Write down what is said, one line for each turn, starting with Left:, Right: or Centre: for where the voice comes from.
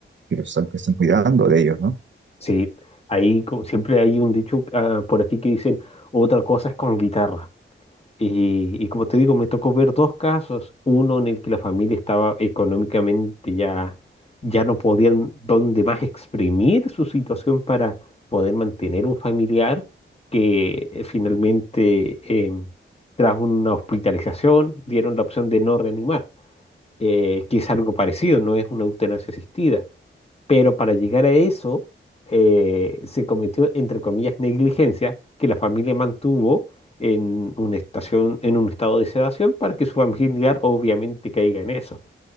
Right: que los están, que están cuidando de ellos, ¿no?
Left: Sí, ahí co- siempre hay un dicho ah, por aquí que dicen, otra cosa es con guitarra. Y, y como te digo, me tocó ver dos casos, uno en el que la familia estaba económicamente ya, ya no podían donde más exprimir su situación para poder mantener un familiar que eh, finalmente eh, tras una hospitalización dieron la opción de no reanimar, eh, que es algo parecido, no es una eutanasia asistida. Pero para llegar a eso, eh, se cometió, entre comillas, negligencia que la familia mantuvo en una estación, en un estado de sedación para que su familiar obviamente caiga en eso.